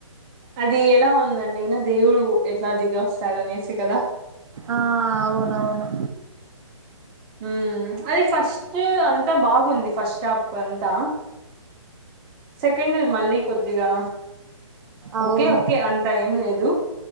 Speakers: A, on the right; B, on the right.
A: అది ఎలా ఉందండి అయినా దేవుడు అదిగో సగం ఏసి కదా
B: ఆ అవునవును
A: హూ అది ఫస్ట్ అంతా బాగుంది ఫస్ట్ స్టాప్ అంతా సెకండ్ ది మళ్ళీ కొద్దిగా
B: అవును
A: ఓకే ఓకే అంత ఏం లేదు